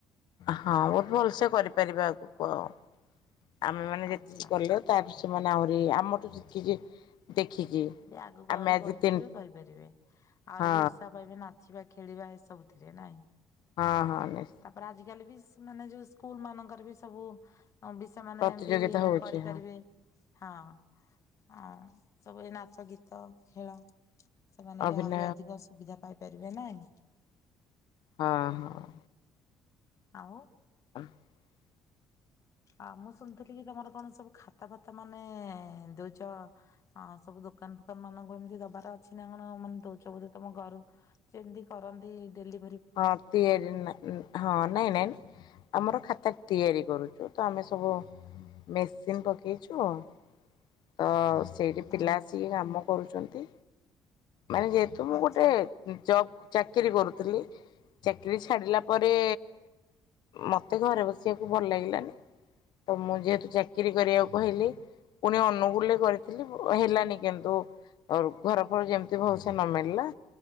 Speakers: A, on the left; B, on the left.
A: ହଁ ବହୁତ୍ ଭଲସେ କରିପାରିବା ଆଗୁକୁ ଆଉ ଆମେ ମାନେ
B: ଆଚ୍ଛା।
A: ଯେତିକି କଲେ। ତାପରେ ସେମାନେ ଆହୁରି ଆମଠୁ ଯେତିକି ଦେଖିକି।
B: ବି ଆଗକୁ
A: ଆମେ
B: ଆହୁରି
A: ଆଜି
B: ବଢିପାରିବେ
A: ତିନି
B: କରିପାରିବେ ଆହୁରି
A: ହଁ
B: ବି ଉତ୍ସା ପାଇବେ ନା ଯିବା ଖେଳିବା ଏସବୁଥିରେ ନାଇଁ।
A: ହଁ ହଁ ନି
B: ତାପରେ ଆଜିକାଲି ବି ସ ମାନେ ଯୋଉ ସ୍କୁଲ ମାନଙ୍କର ବି ସବୁ ବି ସେମାନେ
A: ପ୍ରତିଯୋଗିତା
B: ବି
A: ହଉଛି
B: କରିପାରିବେ।
A: ହଁ
B: ହଁ ଅଂ ସବୁ ଏଇ ନାଚ ଗୀତ ଖେଳ। ସେମାନେ
A: ଅଭିନୟ
B: ବି ଆହୁରି ଅଧିକ ସୁବିଧା ପାଇପାରିବେ ନାଇଁ।
A: ହଁ ହଁ।
B: ଆଉ।
A: <unintelligible>
B: ଆଉ ମୁଁ ଶୁଣିଥିଲି କି ତମର କଣ ସବୁ ଖାତା ଫାତା ମାନେ ଦଉଚ। ହଁ ସବୁ ଦୋକାନ ଫୋକାନ ମାନଙ୍କୁ ଏମିତି ଦବାର ଅଛି ନା କଣ ମାନେ ଦଉଛ ବୋଧେ ତମ ଘରୁ। ଯେମତି କରନ୍ତି ଡେଲି
A: ହଁ ତିଆରି ନା ଉଁ। ହଁ ନାଇଁ ନାଇଁ ଆମର ଖାତା ତିଆରି କରୁଚୁ ତ ଆମେ ସବୁ। ମେସିନ ପକେଇଛୁ ଅ। ତ ସେଇଠି
B: ହଁ
A: ପିଲା ଆସିକି କାମ କରୁଛନ୍ତି ମାନେ ଯେହେତୁ ମୁଁ
B: ଆଚ୍ଛା।
A: ଗୋଟେ। ଜବ୍ ଚାକିରୀ କରୁଥିଲି ଚାକିରୀ ଛାଡିଲା ପରେ। ମତେ ଘରେ ବସିବାକୁ ଭଲ ଲାଗିଲାନି ତ ମୁଁ ଯେହେତୁ ଚାକିରି କରିବାକୁ କହିଲି। ପୁଣି ଅନୁଗୁଳୁ ରେ କରିଥିଲି ହେଲାନି କିନ୍ତୁ। ଅରୁ ଘର ଫର ଯେମତି ଭଲସେ ନ ମଳିଲା।